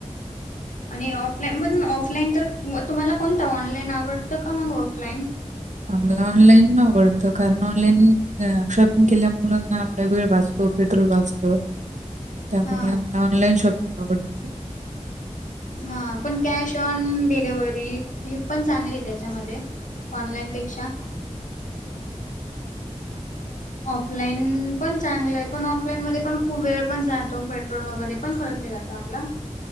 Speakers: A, on the left; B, on the right.
A: आणि ऑफलाईन... पण ऑफलाईन तर... तुम्हाला कोणतं ऑनलाईन आवडतं का मग ऑफलाईन?
B: आम्हाला ऑनलाईन आवडतं... कारण ऑनलाईन शॉपिंग केल्यामुंळे ना आपला वेळ वाचतो, पेट्रोल वाचतं... त्यामुळे
A: हां
B: आम्हाला ऑनलाईन शॉपिंग आवडतं
A: हा... पण... कॅश ऑन डिलेव्हरी... हे पण चांगली ए त्याच्यामध्ये ऑनलाईन पेक्षा ऑफलाईन... पण चांगलंये, पण ऑफलाईन मध्ये पण... खूप वेळ पण जातो, पेट्रोल वगैरे पण खर्च जातो ता आपला